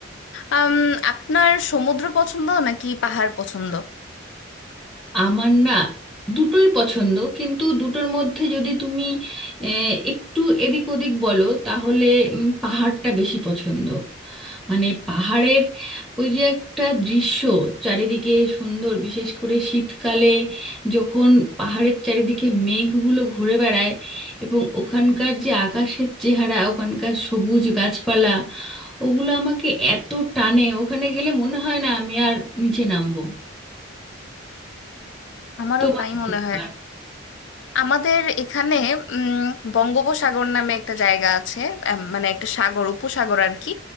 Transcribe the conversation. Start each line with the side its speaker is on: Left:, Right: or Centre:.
Left: আম, আপনার সমুদ্র পছন্দ নাকি পাহাড় পছন্দ
Centre: আমার না দুটোই পছন্দ কিন্তু দুটোর মধ্যে যদি তুমি আহ, একটু এদিক ওদিক বলো তাহলে উম, পাহাড়টা বেশি পছন্দ মানে পাহাড়ের ওই যে একটা দৃশ্য চারিদিকে সুন্দর বিশেষ করে শীতকালে যখন পাহাড়ের চারিদিকে মেঘগুলো ঘুরে বেড়ায় এবং ওখানকার যে আকাশের চেহারা ওখানকার সবুজ গাছপালা ওগুলো আমাকে এত টানে ওখানে গেলে মনে হয় না আমি আর নিচে নামবো
Left: আমারও
Centre: তোমার
Left: তাই
Centre: কি
Left: মনে
Centre: মনে
Left: হয়
Centre: হয়?
Left: আমাদের এখানে উম, বঙ্গোপসাগর নামে একটা জায়গা আছে এম, মানে একটা সাগর উপসাগর আর কি